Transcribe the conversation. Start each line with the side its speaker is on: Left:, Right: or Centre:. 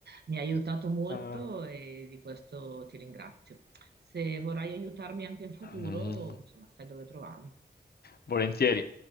Right: Mi hai aiutato molto
Left: Ah.
Right: e di questo ti ringrazio. Se vorrai aiutarmi anche in futuro,
Left: Mhm.
Right: insomma, sai dove trovarmi.
Left: Volentieri.